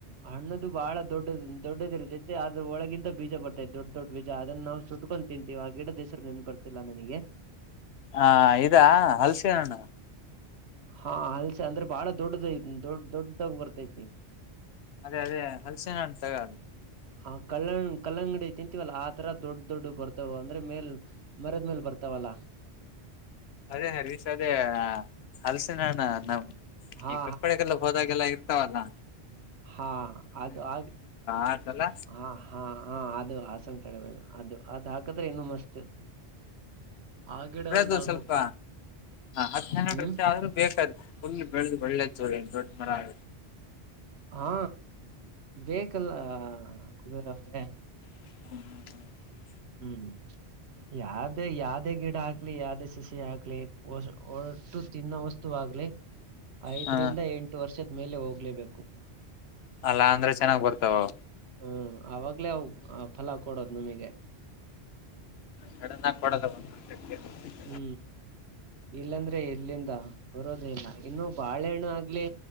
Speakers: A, on the right (about 70°); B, on the left (about 70°).
A: ಅಣ್ಣದು ಬಾಳ ದೊಡ್ಡದ್ ದೊಡ್ದಿರು ಅದ್ರ್ ಒಳಗಿಂದ ಬೀಜ ಬರುತ್ತೆ ದೊಡ್ ದೊಡ್ ಬೀಜ. ಅದನ್ ನಾವ್ ಸುತ್ಕೊಂಡ್ ತಿಂತೀವಿ ಅದ್ರ್ ಗಿಡದ್ ಹೆಸ್ರ್ ನೆನಪ್ ಬರ್ತಿಲ್ಲ ನನಿಗೆ.
B: ಹ್ಹಾ ಇದಾ ಹಲಸೆ ಹಣ್ಣು.
A: ಹ್ಹಾ ಹಾಲ್ಸೆ ಅಂದ್ರೆ ಬಾಳ ದೊಡ್ದ್ ದೊ-ದೊ-ದೊ ದೊಡ್ದಾಗಿ <unintelligible>
B: ಅದೆ ಅದೇ ಹಲ್ಸೇ ಹಣ್ಣ್ <unintelligible>
A: ಹ್ಹಾ ಕಲ್ಲಂಗ್ ಕಲ್ಲಂಗಡಿ ತಿಂತಿವಲ್ಲ ಆತರ ದೊಡ್ಡ ದೊಡ್ಡ ಬರ್ತವ್ ಅಂದ್ರೆ ಮೇಲ್ ಮರದ್ ಮೇಲ್ ಬರ್ತಾವಲ್ಲ
B: ಅದೇನೇ <unintelligible> ಹಲಸಿನನ್ ನಾಮ್
A: ಹಾ
B: ಈ <unintelligible> ಹೋದಾಗೆಲ್ಲ ಅವೆಲ್ಲ
A: ಹ್ಹಾ ಅದ್ ಅದ್
B: ಆತಲ್ಲ
A: ಹಾ ಹ್ಹಾ ಅದ್ ಅದು <unintelligible> ಇದು ಅದ್ ಹಾಕ್ದ್ರೆ ಏನೋ ಮಸ್ತ್ ಆ ಗಿಡ
B: ರಿ
A: ಒಂದ್
B: ಅದ್
A: ಆಗ್ಬೇಕು
B: ಸ್ವಲ್ಪ ಹ್
A: ಹ್ಮ್
B: <inaudible> ಬೆಳೆದ್ ಒಳ್ಳೆ <unintelligible> ದೊಡ್ ಮರ <inaudible>
A: ಹಾ ಬೇಕದು ಹ್ ಹಾಕ್ಬೇಕಾದ್ರೆ
B: <unintelligible>
A: ಹ್ಮ್ ಯಾಕ್ ಅದೇ ಯಾವ್ದೆ ಗಿಡ ಆಗ್ಲಿ ಯಾವ್ದೆ ಸಸಿ ಆಗ್ ಕ್ಲಿಕ್ ಒಶು ಒಟ್ಟು ತಿನ್ನೋ ತ್ತುವಾಗಲಿ ಐದರಿಂದ
B: ಹ
A: ಎಂಟು ವರ್ಷದ್ ಮೇಲೆ ಹೋಗಲೇಬೇಕು
B: ಅಲ್ಲಾ ಅಂದ್ರೆ ಚೆನ್ನಾಗಿ ಬರ್ತಾ ಅವು
A: ಹೂ ಅವಾಗ್ಲೇ ಫಲ ಕೊಡುವುದು ನಮಗೆ
B: ಸಡನ್ ಆಗಿ ಕೊಡೋದ ಒಂದ್ ವರ್ಷಕ್ಕೆ
A: ಹೂ ಇಲ್ಲಾಂದ್ರೆ ಎಲ್ಲಿಂದ ಬರೋದೇ ಇಲ್ಲ ಇನ್ನು ಬಾಳೆಹಣ್ಣು ಆಗಲಿ